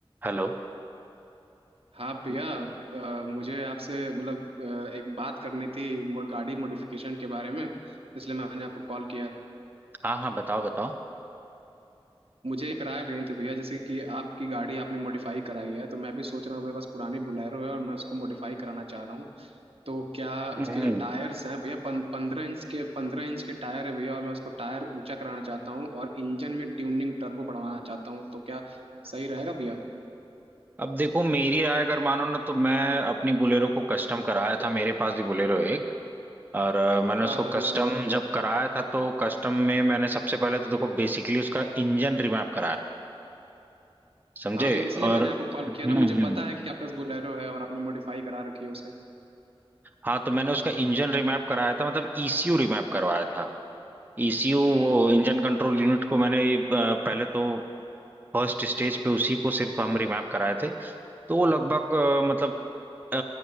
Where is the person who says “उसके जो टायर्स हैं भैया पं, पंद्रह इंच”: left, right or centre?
Right